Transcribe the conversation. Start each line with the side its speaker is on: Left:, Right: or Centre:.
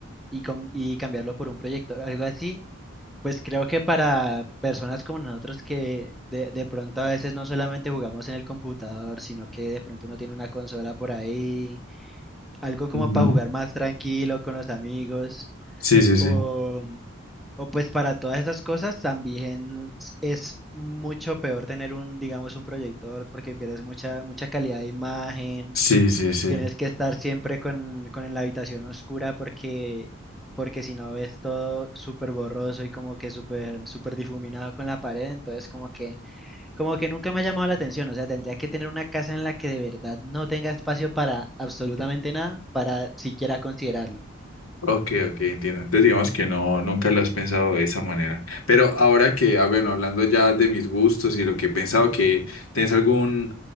Centre: y, com- y cambiarlo por un proyector, algo así, pues creo que para personas como nosotros que de, de pronto a veces no solamente jugamos en el computador, sino que de pronto uno tiene una consola por ahí algo como
Left: Ujú.
Centre: para jugar más tranquilo con los amigos
Left: Sí, sí, sí.
Centre: o, o pues para todas esas cosas también s- es mucho peor tener un, digamos, un proyector porque pierdes mucha, mucha calidad de imagen,
Left: Sí, sí, sí.
Centre: tienes que estar siempre con, con la habitación oscura porque, porque si no ves todo súper borroso y como que súper, súper difuminado con la pared, entonces como que como que nunca me ha llamado la atención, o sea, tendría que tener una casa en la que de verdad no tenga espacio para absolutamente nada, para siquiera considerarlo.
Left: Ok, ok, entiendo. Entonces digamos que no, nunca lo has pensado de esa manera. Pero ahora que, ah, bueno, hablando ya de mis gustos y lo que he pensado, que tienes algún,